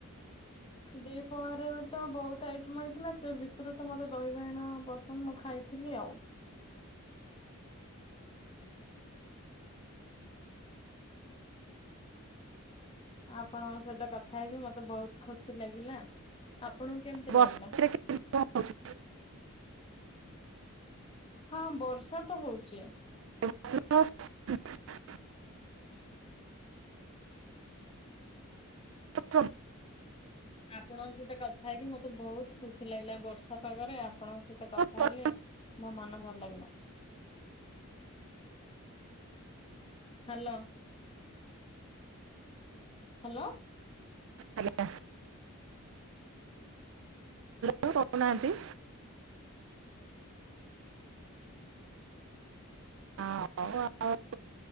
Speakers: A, on the left (about 25°); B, on the right (about 60°).
A: ଦିପହରରେ ତ ବୋହୁତ ଆଇଟମ୍ ହେଇଥିଲା ସେ ଭିତରୁ ତ ମତେ ଦହି ବାଇଗଣ ପସନ୍ଦ ମୁଁ ଖାଇ ଥିଲି ଆଉ। ଆପଣଙ୍କ ସହିତ କଥା ହେଇକି ମତେ ବୋହୁତ ଖୁସି ଲାଗିଲା ଆପଣଙ୍କୁ କେମତି
B: ବର୍ଷାରେ
A: ଲାଗିଲା?
B: <unintelligible>
A: ହଁ ବର୍ଷା ତ ହୋଉଚି।
B: <unintelligible> ପ୍ରବଳ
A: ଆପଣଙ୍କ ସହିତ କଥା ହେଇକି ମତେ ବୋହୁତ ଖୁସି ଲାଗିଲା ବର୍ଷା ପାଗରେ ଆପଣଙ୍କ ସହିତ କଥା
B: ଗରମ,
A: ହେଲେ ମୋ ମନ ଭଲ ଲାଗିଲା। ହ୍ୟାଲୋ। ହାଲୋ।
B: ଆଜ୍ଞା କି କହୁନାହାନ୍ତି? <unintelligible>